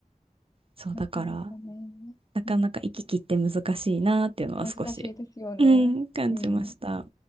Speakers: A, on the right (about 40°); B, on the left (about 25°).
A: そうだから
B: なかなかね、
A: なかなか行き来って難しいなっていうのは少し、
B: うん、難しいですよね。
A: うん、感じました。
B: うん。